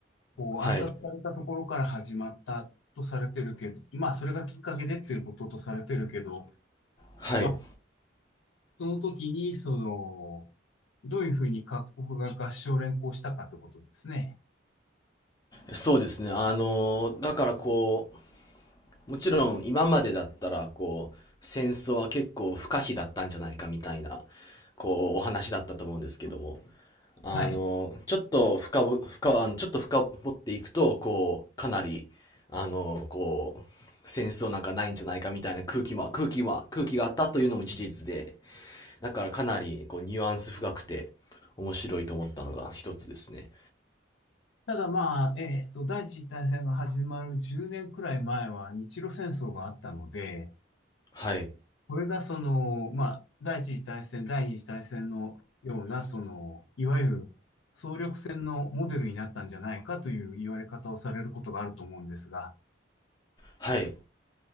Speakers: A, on the left; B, on the left.
A: こう、
B: はい。
A: 暗殺されたところから始まったとされてるけど、まあ、それがきっかけでっていうこととされてるけど、
B: はい。
A: まあ、その時に、その、どういうふうに各国が合唱連行したかってことですね。
B: そうですね。あの、だからこう、もちろん今までだったらこう戦争は結構不可避だったんじゃないかみたいなこうお話だったと思うんですけどもあのちょっと深ぼ深あのちょっと深掘っていくとこうかなりあのこう戦争なんかないんじゃないかみたいな空気も空気も空気があったというのも事実で
A: はい。はい
B: だからかなりこうニュアンス深くて面白いと思ったのが一つですね
A: ただまあ、えっと、第一次大戦が始まる10年くらい前は日露戦争があったので、
B: はい
A: これがその、まあ、第一次大戦、第二次大戦のような、その、いわゆる総力戦のモデルになったんじゃないかという言われ方をされることがあると思うんですが、
B: はい